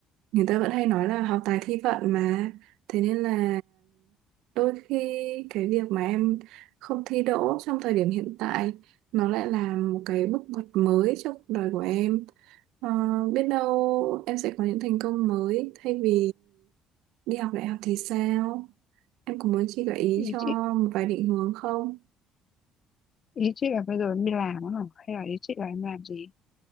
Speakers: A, on the right; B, on the left.
A: người ta vẫn hay nói là học tài thi vận mà thế nên là đôi khi cái việc mà em không thi đỗ trong thời điểm hiện tại nó lại là một cái bước ngoặt mới trong cuộc đời của em Ờ, biết đâu em sẽ có những thành công mới thay vì đi học đại học thì sao em có muốn chị gợi ý
B: ý
A: cho
B: chị
A: một vài định hướng không
B: ý chị là bây giờ em đi làm á hả? hay là ý chị là em làm gì